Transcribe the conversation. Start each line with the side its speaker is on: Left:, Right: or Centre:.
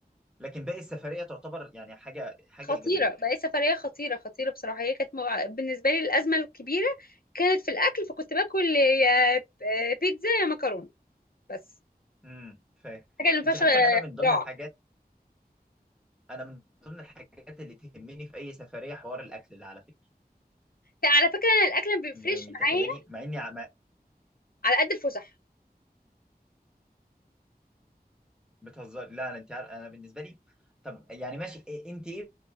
Centre: لكن باقي السفريه تعتبر يعني حاجه حاجه
Left: خطيره
Centre: ايجابيه
Left: بقى سفريه خطيره خطيره بصراحه هي كانت مع- بالنسبه لي الازمه الكبيره كانت في الاكل فكنت باكل يا ب- بيتزا يا مكرونه بس
Centre: امم فاهم
Left: حاجه اللي ما فيهاش
Centre: انت عارفه
Left: اختراع
Centre: ان انا من ضمن الحاجات انا من ضمن الحاجات اللي تهمني في اي سفريه حوار الاكل ده على فكره
Left: على فكره انا الاكل ما بيفرقش
Centre: يعني
Left: معايا
Centre: تخيلي مع اني ع- مع...
Left: على قد الفسح
Centre: بتهزر لا انا انت عارف انا بالنسبه لي طب يعني ماشي إيه- انت ايه